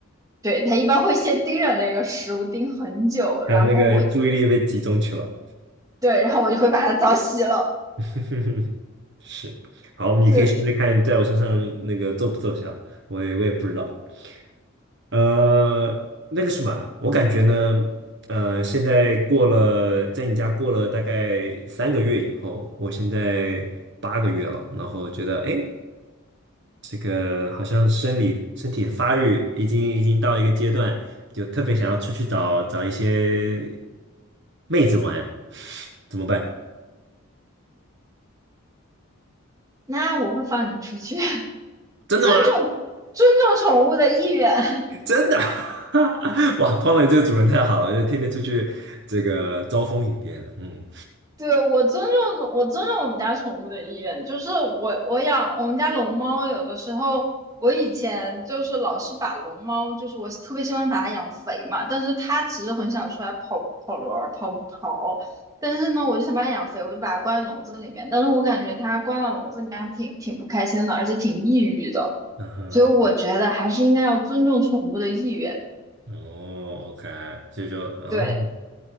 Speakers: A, on the right; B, on the right.
A: 对，它一般会先盯着那个食物盯很久，然后我就
B: 他的那个注意力被集中去了，
A: 对，然后我就会把它澡洗了。
B: <laughs> 是。好，你可以试试看，
A: 对，
B: 在我身上那个奏不奏效，我也我也不知道。呃，那个什么啊，我感觉呢，呃，现在过了，在你家过了大概三个月以后，我现在八个月了，然后觉得，哎，这个好像生理身体的发育已经已经到一个阶段，就特别想要出去找找一些妹子玩，怎么办？
A: 那我会放你出去，<laughs> 尊重尊重宠物的意愿。
B: 真的吗？<laughs> 真的？<laughs> 哇，胖伟这个主人太好了，就天天出去这个招蜂引蝶的，嗯，
A: 对，我尊重我尊重我们家宠物的意愿，就是我我养我们家龙猫，有的时候我以前就是老是把龙猫，就是我特别喜欢把它养肥嘛，但是它其实很想出来跑跑轮儿、跑跑，但是呢，我就想把它养肥，我就把它关在笼子里面，但是我感觉它关在笼子里面还挺挺不开心的，而且挺抑郁的，
B: 嗯哼，
A: 所以我觉得还是应该要尊重宠物的意愿。
B: 哦，OK，所以就，哦，
A: 对